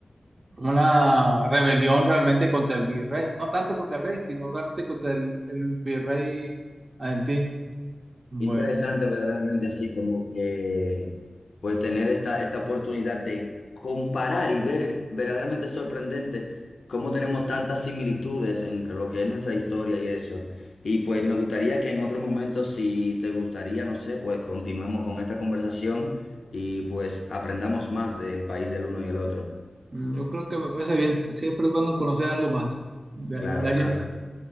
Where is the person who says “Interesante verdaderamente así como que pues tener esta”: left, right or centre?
Left